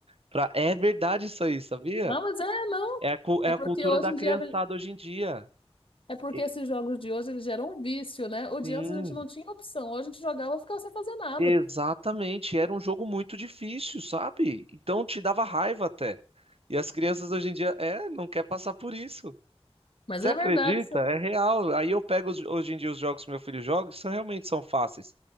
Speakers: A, on the right; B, on the left.
A: para. É verdade isso aí, sabia?
B: Não, mas é, não.
A: É a, cu- é
B: É
A: a
B: porque
A: cultura
B: hoje
A: da
B: em
A: criançada
B: dia,
A: hoje em dia.
B: é porque
A: E-
B: esses jogos de hoje, eles geram um vício, né? O
A: Sim.
B: de antes a gente não tinha opção, hoje a gente jogava e ficava sem fazer nada.
A: Exatamente, era um jogo muito difícil, sabe? Então te dava raiva até. E as crianças hoje em dia, é, não quer passar por isso.
B: Mas
A: Você
B: é
A: acredita?
B: verdade isso aí,
A: É real. Aí eu pego os- hoje em dia os jogos que meu filho joga, que são realmente são fáceis.